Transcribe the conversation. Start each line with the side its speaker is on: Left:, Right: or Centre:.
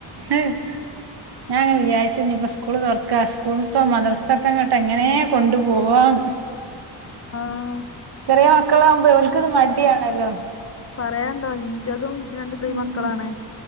Right: അഹ് ഞാൻങ്ങനെ വിചാരിച്ച് ഞ്ഞിപ്പോ സ്കൂള് തുറക്കുക സ്കൂള്ത്തും മദ്രസതും എങ്ങനെ കൊണ്ടു പോവാൻ
Left: ആഹ്
Right: ചെറിയ മക്കളാാവകുമ്പോ ഓൽക്ക്ത് മടിയാണല്ലോ
Left: പറയാണ്ടോ ഇൻ്റതും രണ്ട് ചെറിയ
Right: ഉം
Left: മക്കളാണ്